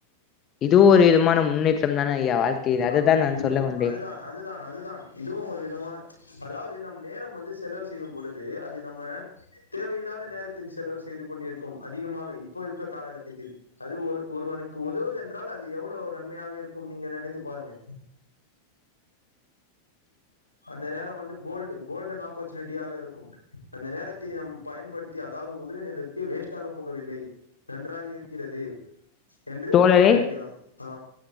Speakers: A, on the left; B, on the left.
A: இதுவு ஒரு விதமான முன்னேற்றம் தான ஐயா வாழ்க்கையில்
B: ஆஹ்
A: அததா நான்
B: இதுவும்
A: சொல்ல வந்தேன்
B: அதுதான் அதுதான் அதுதான் இதுவும் ஒரு விதமான அதாவது நம் நேரம் வந்து செலவு செய்யும் பொழுது அது நம்ம தேவையில்லாத நேரத்துக்கு செலவு செய்து கொண்டிருக்கோம் அதிகமாக இப்போ இருக்க காலக்கட்டத்தில் அது ஒரு ஒருவனுக்கு உதவுயென்றால் அது எவ்ளோ நன்மையாக இருக்கும் நீங்க நினைத்து பாருங்க அந்த நேரம் வந்து கோல்டு கோல்டன் ஆப்பர்ச்சுனிட்டியாக இருக்கும் அந்த நேரத்தை நாம் பயன்படுத்தி அதாவது உதவினதற்கு வேஸ்ட்டாக போகவில்லை நன்றாக இருக்கிறது என்று
A: தோழரே
B: நினைக்கலாம் ஆ